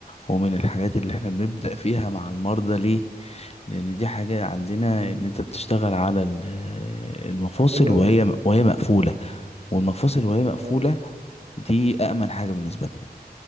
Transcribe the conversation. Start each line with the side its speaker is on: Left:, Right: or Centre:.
Left: ومن الحاجات اللي احنا بنبدا
Right: أمم،
Left: فيها مع المرضى ليه لان دي حاجة عندنا
Right: أمم.
Left: ان انت بتشتغل على ال- المفاصل
Right: ده حلو قوي
Left: وهي
Right: ده
Left: وهي مقفولة والمفاصل وهي مقفولة
Right: اه
Left: دي أأمن حاجة بالنسبة لنا